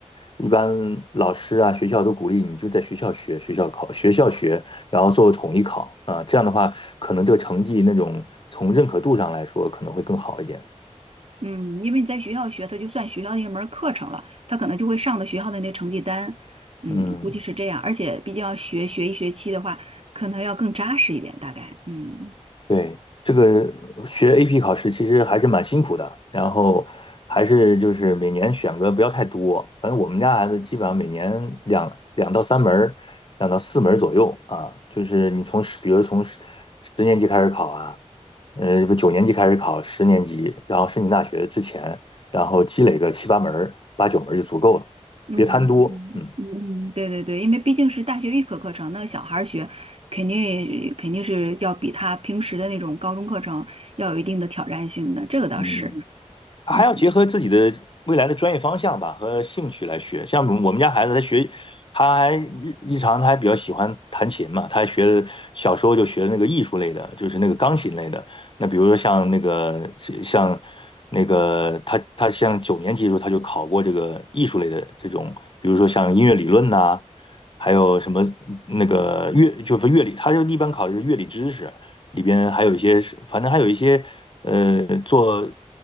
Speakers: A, on the left; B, on the right.
A: 一般老师啊、学校都鼓励你就在学校学，学校考，学校学，然后做统一考啊，这样的话，可能这个成绩那种从认可度上来说可能会更好一点。
B: 嗯，因为你在学校学，它就算学校的一门儿课程了，它可能就会上的学校的那成绩单，嗯，
A: 嗯。
B: 估计是这样。而且毕竟要学学一学期的话，可能要更扎实一点，大概，嗯
A: 对，这个学 AP 考试其实还是蛮辛苦的，然后还是就是每年选个不要太多，反正我们家孩子基本上每年两两到三门儿，两到四门儿左右啊，就是你从十，比如从十十年级开始考啊，呃，不九年级开始考，
B: 嗯
A: 十年级，然后申请大学之前，然后积累个七八门儿、八九门儿就足够了，
B: 嗯嗯嗯，
A: 别贪多，嗯。
B: 嗯对对对，因为毕竟是大学预科课程，那小孩儿学肯定肯定是要比他平时的那种高中课程要有一定的挑战性的，这个倒是，
A: 嗯，还要结合自己的未来的专业方向吧和兴趣来学。
B: 嗯。
A: 像我们家孩子，他学，他还日日常他还比较喜欢弹琴嘛，他还学了小时候就学那个艺术类的，就是那个钢琴类的。那比如说像那个像那个他他像九年级的时候他就考过这个艺术类的这种，比如说像音乐理论呐、还有什么那个乐就是乐理，他就一般考的是乐理知识。里边还有一些是反正还有一些呃，做